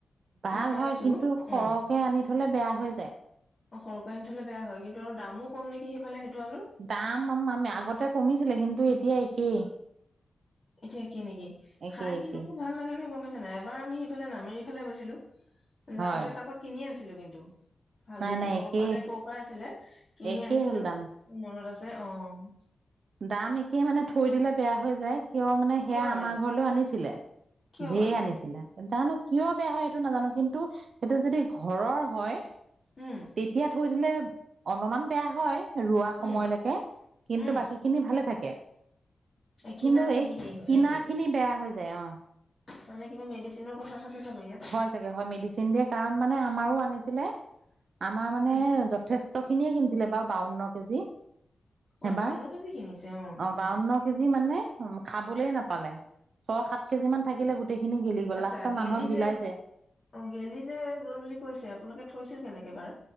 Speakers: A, on the right (about 75°); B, on the left (about 35°).
A: ভাল
B: মই পাইছো
A: হয়, কিন্তু
B: অ
A: সৰহকে আনি থলে বেয়া হৈ যায়।
B: অ সৰুকে আনি থলে বেয়া হয় কিন্তু আৰু দামো কম নেকি সেইফালে সেইটো আলু।
A: দাম আমি আগতে কমিছিলে কিন্তু এতিয়া একেই।
B: এতিয়া একেই নেকি?
A: একেই
B: খাই কিন্তু
A: একেই
B: খুব ভাল লাগে নহয় গম পাইছা নাই। এবাৰ আমি সেইফালে নামেৰি ফালে গৈছিলো,
A: হয়
B: যাওঁতে তাৰ পৰা কিনি আনিছিলো কিন্তু। <unintelligible>
A: নাই নাই
B: পৰা
A: একেই
B: নে ক'ৰ পৰা আছিলে কিনি
A: একেই
B: আনিছিলো
A: হ'ল দাম
B: মোৰ মনত আছে। অ'!
A: দাম একেই মানে থৈ দিলে বেয়া হৈ যায়। কিয় মানে
B: কিয়
A: সেয়া
B: বাৰু
A: আমাৰ ঘৰলৈও আনিছিলে
B: কিয়
A: ঢেৰ
B: বাৰু
A: আনিছিলে। জানো কিয় বেয়া হয় সেইটো নাজানো, কিন্তু সেইটো যদি ঘৰৰ হয়।
B: উম
A: তেতিয়া থৈ দিলে অলমান বেয়া হয় ৰোৱা
B: উম
A: সময়লৈকে। কিন্তু
B: উম
A: বাকী খিনি ভালে থাকে।
B: এই কিনা
A: কিন্তু
B: খিনি
A: এই
B: হেৰি হয়
A: কিনা
B: নেকি?
A: খিনি বেয়া হৈ যায় অ'।
B: তাৰমানে কিবা মেডিচিনৰ কথা থাকে চাব ইয়াত।
A: <unintelligible> হয় মেডিচিন দিয়ে কাৰণ মানে আমাৰো আনিছিলে আমাৰ মানে
B: উম
A: যথেছ কসষ্ট খিনিয়ে কিনিছিলে বাৰ বাৱন্ন কেজি
B: অই
A: এবাৰ
B: বাৱন্ন কেজি কিনিছে অ
A: বাৱন্ন কেজি মানে উ খাবলে নাপালে ছয় সাত কেজি মান থাকিলে গোটেই খিনি গিলি গ'ল
B: আচ্ছা
A: লাষ্টত
B: গেলি
A: মানুহক বিলাইছে
B: যে অ গেলি যে গ'ল বুলি কৈছে আপোনালোকে থৈছিল কেনেকে বাৰু